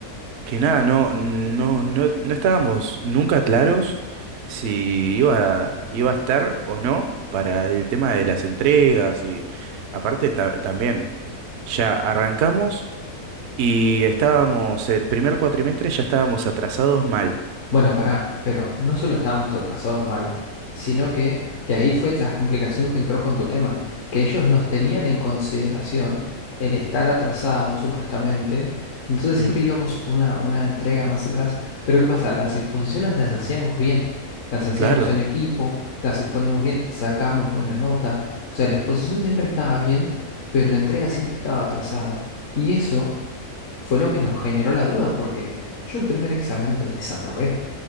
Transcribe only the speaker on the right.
que nada, no, no, no, no estábamos nunca claros si iba a, iba a estar o no para el tema de las entregas y aparte ta- también, ya arrancamos y estábamos, el primer cuatrimestre ya estábamos atrasados mal.
Mm,
claro,